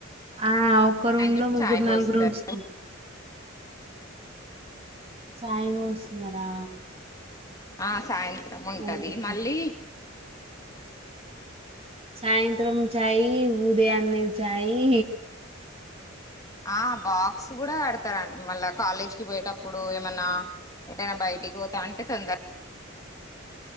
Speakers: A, on the right (about 30°); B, on the left (about 15°).
A: ఆ అక్క రూమ్
B: సాయంత్రం
A: లో ముగ్గురు
B: చాయ్ పోస్తారు
A: నలుగురు ఉంచుత ఛాయ్ పోస్తున్నారా
B: ఆ సాయి యంత్రం ఉంటది
A: ఓకే
B: మళ్ళీ
A: సాయంత్రం చాయి ఉదయాన్నే చాయి
B: ఆ బాక్స్ కూడా కడతారండి మల్ల కాలేజీకి పోయేటప్పుడు ఏమన్నా ఎటైన బయటికి పోతా అంటే తొంద